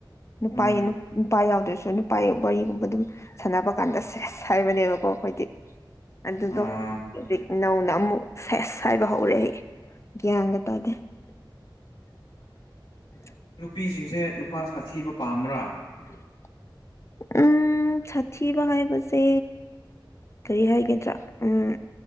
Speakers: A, on the left; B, on the left.
A: ꯅꯨꯄꯥ
B: ꯎꯝ
A: ꯅꯨꯄꯥ ꯌꯥꯎꯗ꯭ꯔ ꯁ ꯅꯨꯄꯥ ꯋꯥꯔꯤꯒꯨꯝꯕ ꯑꯗꯨꯝ ꯁꯥꯟꯅꯕ ꯀꯥꯟꯗ ꯁꯦꯁ ꯍꯥꯏꯕꯅꯦꯕꯀꯣ ꯑꯩꯈꯣꯏꯗꯤ ꯑꯗꯨꯗꯣ
B: ꯑꯥ
A: ꯍꯧꯖꯤꯛ ꯅꯧꯅ ꯑꯃꯨꯛ ꯁꯦꯁ ꯍꯥꯏꯕ ꯍꯧꯔꯛꯦ ꯑꯩ ꯒ꯭ꯌꯥꯟꯒ ꯇꯥꯗꯦ <unintelligible>
B: ꯅꯨꯄꯤꯁꯤꯡꯁꯦ ꯅꯨꯄꯥ ꯁꯥꯊꯤꯕ ꯄꯥꯝꯕ꯭ꯔꯥ
A: <unintelligible> ꯎꯝ ꯁꯥꯊꯤꯕ ꯍꯥꯏꯕꯁꯦ ꯀꯔꯤ ꯍꯥꯏꯒꯗ꯭ꯔꯥ ꯎꯝ